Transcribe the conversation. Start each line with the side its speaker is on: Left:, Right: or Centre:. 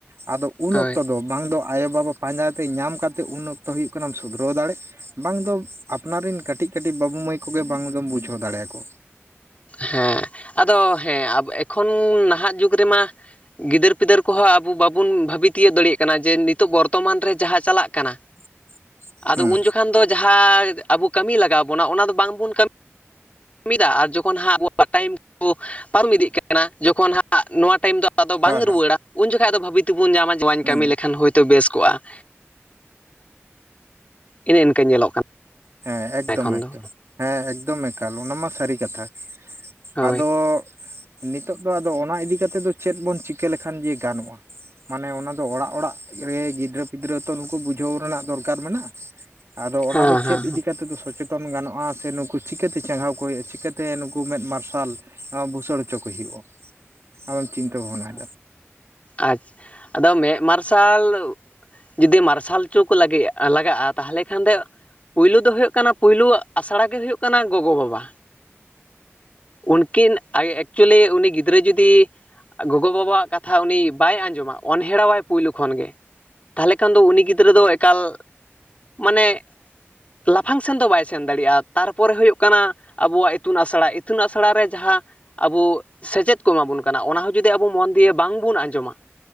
Right: ᱟᱫᱚ
Left: ᱦᱳᱭ
Right: ᱩᱱ ᱚᱠᱛᱚ ᱫᱚ ᱵᱟᱝ ᱫᱚ ᱟᱭᱳᱼᱵᱟᱵᱟ ᱯᱟᱸᱡᱟ ᱛᱮ ᱧᱟᱢ ᱠᱟᱛᱮ ᱩᱱ ᱚᱠᱛᱚ ᱦᱩᱭᱩᱜ ᱠᱟᱱᱟᱢ ᱥᱩᱫᱷᱩᱨᱟᱣ ᱫᱟᱲᱮᱜ ᱵᱟᱝ ᱫᱚ ᱟᱯᱱᱟᱨ ᱨᱮᱱ ᱠᱟᱹᱴᱤᱡ ᱠᱟᱹᱴᱤᱡ ᱵᱟᱹᱵᱩ ᱢᱟᱹᱭ ᱠᱚᱜᱮ ᱵᱟᱝ ᱫᱚᱢ ᱵᱩᱡᱷᱟᱹᱣ ᱫᱟᱲᱮᱭᱟᱠᱚ
Left: ᱦᱮᱸ ᱟᱫᱚ ᱦᱮᱸ ᱮᱠᱷᱚᱱ ᱱᱟᱦᱟᱜ ᱡᱩᱜᱽ ᱨᱮᱢᱟ ᱜᱤᱫᱟᱹᱨ ᱯᱤᱫᱟᱹᱨ ᱠᱚᱦᱚᱸ ᱟᱵᱚ ᱵᱟᱵᱩᱱ ᱵᱷᱷᱟᱵᱤ ᱛᱤᱭᱟᱹᱜ ᱫᱟᱲᱮᱭᱟᱜ ᱠᱟᱱᱟ ᱡᱮ ᱱᱤᱛᱚᱜ ᱵᱚᱨᱛᱚᱢᱟᱱ ᱨᱮ ᱡᱟᱦᱟᱸ ᱪᱟᱞᱟᱜ ᱠᱟᱱᱟ
Right: <inaudible>
Left: ᱟᱫᱚ
Right: ᱦᱩᱸ
Left: ᱩᱱ ᱡᱚᱠᱷᱚᱱ ᱠᱷᱟᱱ ᱫᱚ ᱡᱟᱦᱟ ᱟᱵᱚ ᱠᱟᱹᱢᱤ ᱞᱟᱜᱟᱣ ᱵᱚᱱᱟ ᱚᱱᱟ ᱫᱚ ᱵᱟᱝ ᱵᱚᱱ <inaudible> ᱢᱤᱫᱟ ᱟᱨ ᱡᱚᱠ <unintelligible> ᱯᱟᱨᱚᱢ ᱤᱫᱤᱜ ᱠᱟᱱᱟ ᱡᱚᱠᱷᱚᱱ ᱦᱟᱸᱜ ᱱᱚᱣᱟ ᱴᱟᱭᱤᱢ ᱫᱚ ᱟᱫᱚ ᱵᱟᱝ
Right: ᱦᱮᱸ ᱦᱮᱸ
Left: ᱨᱩᱣᱟᱹᱲᱟ ᱩᱱ ᱡᱚᱠᱷᱟᱜ ᱟᱫᱚ ᱵᱷᱟᱹᱵᱤ ᱛᱮᱵᱚᱱ ᱧᱟᱢᱟ ᱱᱳᱣᱟᱧ
Right: ᱦᱩᱸ
Left: ᱠᱟᱹᱢᱤ ᱞᱮᱠᱷᱟᱱ ᱦᱳᱭᱛᱳ ᱵᱮᱥ ᱠᱚᱜᱼᱟ ᱤᱱᱟᱹ ᱤᱱᱝ ᱠᱟᱹ ᱧᱮᱞᱚᱜ ᱠᱟᱱᱟ
Right: ᱦᱮᱸ ᱮᱠᱫᱚᱢ
Left: ᱮᱠᱷᱚᱱ
Right: ᱮᱠᱫᱚᱢ
Left: ᱫᱚ
Right: ᱦᱮᱸ ᱮᱠᱫᱚᱢ ᱮᱠᱟᱞ ᱚᱱᱟ ᱢᱟ ᱥᱟᱹᱨᱤ ᱠᱟᱛᱷᱟ
Left: ᱦᱳᱭ
Right: ᱟᱫᱚ ᱱᱤᱛᱚᱜ ᱫᱚ ᱟᱫᱚ ᱚᱱᱟ ᱤᱫᱤ ᱠᱟᱛᱮ ᱫᱚ ᱪᱮᱫ ᱵᱚᱱ ᱪᱤᱠᱟᱹ ᱞᱮᱠᱷᱟᱱ ᱜᱮ ᱜᱟᱱᱚᱜᱼᱟ? ᱢᱟᱱᱮ ᱚᱱᱟ ᱫᱚ ᱚᱲᱟᱜ ᱚᱲᱟᱜ ᱨᱮ ᱜᱤᱫᱽᱨᱟᱹ ᱯᱤᱫᱽᱨᱟᱹ ᱛᱚ ᱱᱩᱠᱩ ᱵᱩᱡᱷᱟᱹᱣ ᱨᱮᱱᱟᱜ ᱫᱚᱨᱠᱟᱨ ᱢᱮᱱᱟᱜᱼᱟ ᱟᱫᱚ
Left: ᱦᱮᱸ
Right: ᱚᱱᱟ ᱫᱚ
Left: ᱦᱮᱸ
Right: ᱪᱤᱠᱟᱹ ᱛᱮᱫᱚ ᱥᱚᱪᱮᱛᱚᱱ ᱜᱟᱱᱚᱜᱼᱟ ᱥᱮ ᱱᱩᱠᱩ ᱪᱤᱠᱟᱹᱛᱮ ᱪᱟᱸᱜᱟᱣ ᱠᱚ ᱦᱩᱭᱩᱜᱼᱟ? ᱪᱤᱠᱟᱹᱛᱮ ᱱᱩᱠᱩ ᱢᱮᱫ ᱢᱟᱨᱥᱟᱞ? ᱟ ᱵᱩᱥᱟᱹᱲ ᱦᱚᱪᱚ ᱠᱚ ᱦᱩᱭᱩᱜᱼᱟ ᱟᱢᱮᱢ ᱪᱤᱱᱛᱟᱹ ᱵᱷᱟᱵᱱᱟᱭᱮᱫᱟ
Left: ᱟᱡ ᱟᱫᱚ ᱢᱮᱫ ᱢᱟᱨᱥᱟᱞ ᱡᱩᱫᱤ ᱢᱟᱨᱥᱟᱞ ᱪᱚ ᱠᱚ ᱞᱟᱹᱜᱤᱫ ᱞᱟᱜᱟᱜᱼᱟ ᱛᱟᱦᱚᱞᱮ ᱠᱷᱟᱱ ᱫᱚ ᱯᱩᱭᱞᱩ ᱫᱚ ᱦᱩᱭᱩᱜ ᱠᱟᱱᱟ ᱯᱩᱭᱞᱩ ᱟᱥᱲᱟ ᱜᱮ ᱦᱩᱭᱩᱜ ᱠᱟᱱᱟ ᱜᱚᱜᱚ ᱵᱟᱵᱟ ᱩᱱᱠᱤᱱ ᱟᱡ ᱮᱠᱪᱩᱭᱮᱞᱤ ᱩᱱᱤ ᱜᱤᱫᱽᱨᱟᱹ ᱡᱩᱫᱤ ᱜᱚᱜᱚᱼᱣᱟᱜ ᱠᱟᱛᱷᱟ ᱩᱱᱤ ᱵᱟᱭ ᱟᱸᱡᱚᱢᱟ ᱚᱱᱦᱮᱲᱟᱣᱟᱭ ᱯᱩᱭᱞᱩ ᱠᱷᱚᱱ ᱜᱮ ᱛᱟᱦᱞᱮ ᱠᱷᱟᱱ ᱫᱚ ᱩᱱᱤ ᱜᱤᱫᱽᱨᱟᱹ ᱫᱚ ᱮᱠᱟᱞ ᱢᱟᱱᱮ ᱞᱟᱯᱷᱟᱝ ᱥᱮᱱ ᱫᱚ ᱵᱟᱭ ᱥᱮᱱ ᱫᱟᱲᱮᱭᱟᱜᱼᱟ ᱛᱟᱨᱯᱚᱨᱮ ᱦᱩᱭᱩᱜ ᱠᱟᱱᱟ ᱟᱵᱚᱣᱟᱜ ᱤᱛᱩᱱ ᱟᱥᱲᱟ ᱤᱛᱩᱱ ᱟᱥᱲᱟ ᱨᱮ ᱡᱟᱦᱟ ᱟᱵᱚ ᱥᱮᱪᱮᱫ ᱠᱚ ᱮᱢᱟ ᱵᱚᱱ ᱠᱟᱱᱟ ᱚᱱᱟ ᱦᱚ ᱡᱩᱫᱤ ᱟᱵᱚ ᱢᱚᱱ ᱫᱤᱭᱮ ᱵᱟᱝ ᱵᱚᱱ ᱟᱸᱡᱚᱢᱟ